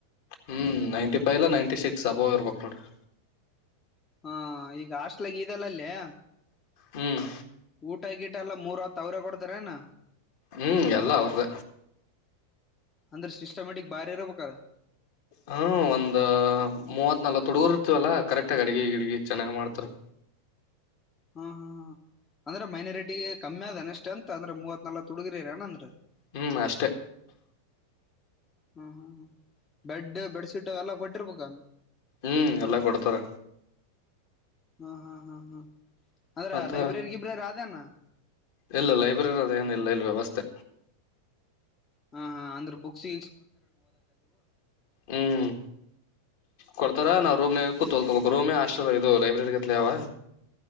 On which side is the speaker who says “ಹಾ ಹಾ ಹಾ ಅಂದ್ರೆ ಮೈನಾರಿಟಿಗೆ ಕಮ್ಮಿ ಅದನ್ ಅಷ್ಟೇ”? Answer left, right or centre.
Left